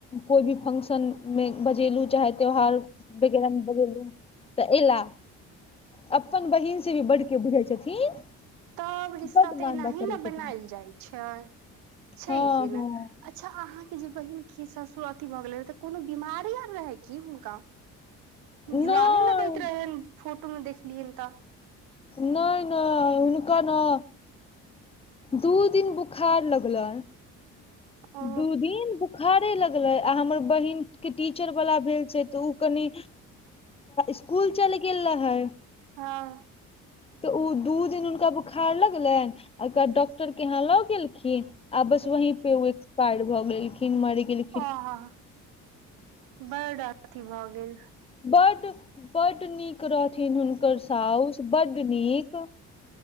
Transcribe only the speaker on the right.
सब रिश्ता
तऽ
एनाही
ने बनायल
जाइ छै छै
कि
ने अच्छा अहाँके जे बहिन की ससुर अथी भऽ गेले रह त कोनो बीमारी आर रहे की हुनका जुआले
लगैत रहे ह फोटो मे देखलियैन तऽ
ओ
हँ
आ बड अथी भऽ गेल